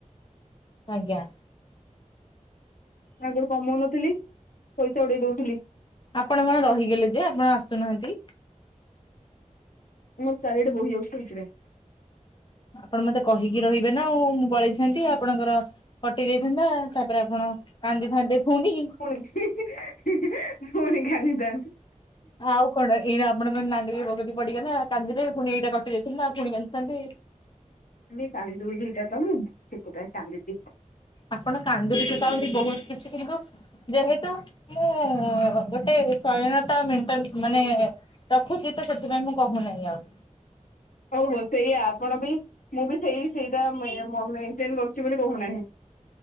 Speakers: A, on the left (about 40°); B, on the left (about 85°).
A: ଆଜ୍ଞା।
B: ଆଗରୁ କମଉନଥିଲି, ପଇସା ଉଡେଇ ଦଉଥିଲି।
A: ଆପଣ କଣ ରହିଗଲେ ଯେ ଆପଣ ଆସୁନାହାନ୍ତି।
B: ମୋର ଚାରିଆଡେ ବୋହି ଯାଉଚି ତ ସେଥିପାଇଁ।
A: ଆପଣ ମତେ କହିକି ରହିବେ ନା ଆଉ ମୁଁ ପଳେଇଥାନ୍ତି। ଆପଣଙ୍କର କଟି ଯାଇଥାନ୍ତା। ତା ପରେ ଆପଣ କାନ୍ଦିଥାନ୍ତେ ଫୁଣି।
B: <unintelligible> ହିଁ ହିଁ, ପୁଣି କାନ୍ଦିଥାନ୍ତି।
A: ଆଉ କଣ ଏଇ ଆପଣଙ୍କ ନାଡିଂବଗୁଲି ପଡିଗଲା, କାନ୍ଦିବେ ଫୁଣି ଏଇଟା କଟି ଯାଇଥାନ୍ତା ଆଉ ଫୁଣି କାନ୍ଦିଥାନ୍ତେ।
B: ଖାଲି କାନ୍ଦୁରି ଟା ତ ମୁଁ ସେଥିପାଇଁ କାନ୍ଦୁଚି।
A: ଆପଣ କାନ୍ଦୁରି ସହିତ ଆହୁରି ବହୁତ୍ କିଛି। କିନ୍ତୁ ଯେହେତୁ ମୁଁ ଗୋଟେ ସଇଳତା ମେଟେନ୍ ମାନେ ରଖୁଚି ତ ସେଥିପାଇଁ ମୁଁ କହୁନାହିଁ ଆଉ।
B: ହଉ ହଉ ସେଇଆା ଆପଣ ବି ମୁଁ ବି ସେଇ ସେଇଟା ମ ମେଟେନ୍ କରୁଚି ବୋଲି କହୁନାହିଁ।